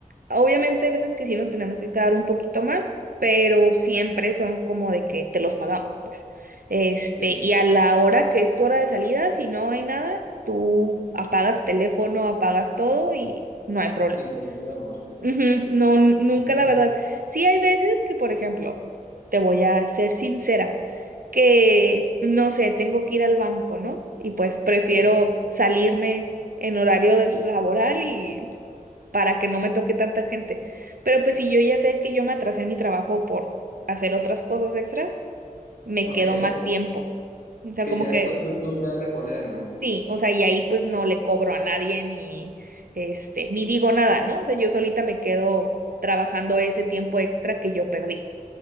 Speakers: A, on the right; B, on the left.
A: obviamente hay veces que sí nos tenemos que quedar un poquito más, pero siempre son como de que te los pagamos, pues. Este,
B: sí,
A: y a la hora que es tu hora de salida, si no hay nada, tú apagas teléfono, apagas todo y no hay problema.
B: y nos vemos.
A: Ujú, No, n- nunca
B: Ujú,
A: la verdad. Sí hay veces que, por ejemplo, te voy a ser sincera, que, no sé, tengo que ir al banco, ¿no? Y pues prefiero
B: sí.
A: salirme en horario del- laboral y para que no me toque tanta gente. Pero pues si yo ya sé que yo me atrasé en mi trabajo por hacer otras cosas extras, me
B: Ok,
A: quedo más tiempo. O sea,
B: que
A: como
B: ya
A: que
B: es cuestión tuya de reponerlo.
A: Sí, o sea, y ahí pues no le cobro a nadie ni este, ni digo nada, ¿no? O sea, yo solita me quedo trabajando ese tiempo extra que yo perdí.